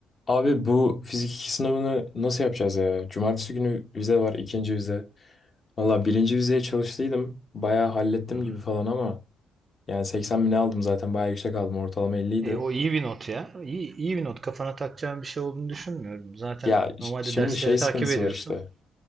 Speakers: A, on the left; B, on the right.
A: Abi bu fizik 2 sınavını nasıl yapacağız ya? Cumartesi günü vize var, ikinci vize. Valla birinci vizeye çalıştıydım. Bayağı hallettim
B: Hı hı.
A: gibi falan ama yani 80 bine aldım zaten bayağı yüksek aldım. Ortalama 50 idi.
B: E, o iyi bir not ya. İyi, iyi bir not. Kafana takacağın bir şey olduğunu düşünmüyorum. Zaten
A: Ya ş-
B: normalde
A: şimdi
B: dersleri
A: şey sıkıntısı
B: takip ediyorsun.
A: var işte.